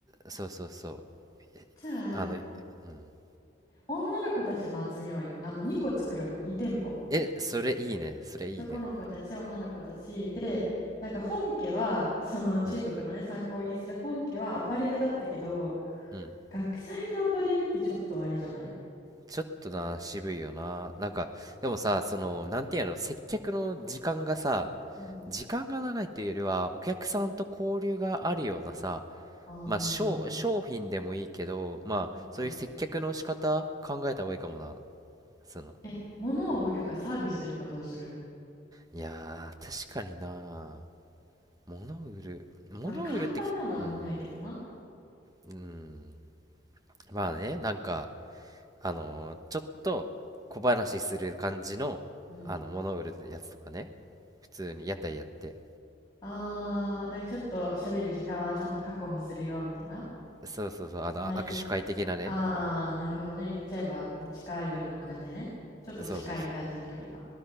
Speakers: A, on the right (about 20°); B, on the left (about 20°).
A: そうそうそう。
B: じゃあ、
A: あの、
B: え、
A: いうん。
B: 女の子たちも集めようよ。あの、2個作るの、2店舗。
A: え、それいいね。それいいね。
B: 男の子たち、女の子たち。で、なんか本家は、その中国のね、
A: うん。
B: 参考にする本家はアパレルだったけど、
A: うん。
B: 学祭でアパレルってちょっとあれじゃない
A: ちょっとな、渋いよな。なんか、でもさ、その、なんていうの、接客の時間がさ、
B: うん。
A: 時間が長いというよりは、お客さんと交流があるようなさ、
B: ああ。
A: まあ、商、商品でもいいけど、まあ、
B: うん。
A: そういう接客の仕方考えた方がいいかもな。その
B: え、物を売るかサービスするかどうする
A: うんいやー、確かにな。モノウル、モノウルってき、
B: まあ、簡単なのは物やけどな。
A: うん、うん。まあね、なんか、あのーちょっと小話する感じの、
B: うん。
A: あの、モノウルのやつとかね。普通に屋台やって。
B: ああなんかちょっと喋る時間はちゃんと確保するよ、みたいな。
A: そうそうそう、あの、
B: まあ、
A: あ握手会的なね。
B: 言っ、あー、なるほどね。言っちゃえば、地下アイドルの感じね。ちょっと近い感じ、
A: そうそうそう。
B: 距離が。